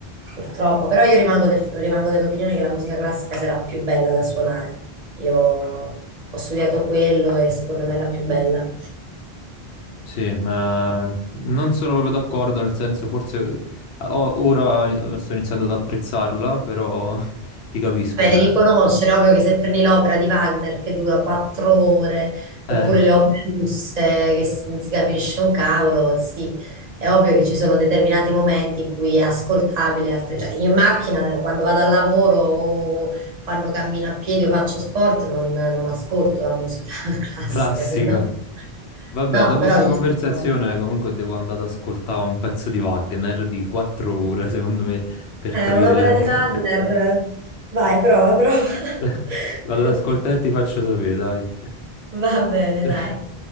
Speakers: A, on the right; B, on the left.
A: purtroppo, però io rimango, del- rimango dell'opinione che la musica classica sarà più bella da suonare. Io ho studiato quello e secondo me è la più bella.
B: Sì, ma non sono proprio d'accordo, nel senso, forse o- ora eh, sto iniziando ad apprezzarla, però <laughs> ti capisco,
A: Beh,
B: cioè...
A: devi conoscere, ovvio che se prendi l'opera di Wagner che dura quattro ore, oppure
B: eh.
A: le opere russe che s- non si capisce un cavolo, sì, è ovvio che ci sono determinati momenti in cui è ascoltabile, altre- cioè, io in macchina eh, quando vado al lavoro o quando cammino a piedi o faccio sport non, non ascolto la musica <laughs> classica,
B: Classica.
A: se no...
B: Vabbè,
A: No,
B: dopo
A: però
B: sta
A: ci
B: conversazione
A: sono...
B: comunque devo andare ad ascoltare un pezzo di Wagner di quattro ore, secondo me, per
A: È
B: capire
A: un'opera
B: la musica.
A: di Wagner, vai, prova, prova. <laughs>
B: <laughs> Vado ad ascoltare e ti faccio sapere, dai.
A: Va bene,
B: <laughs>
A: dai.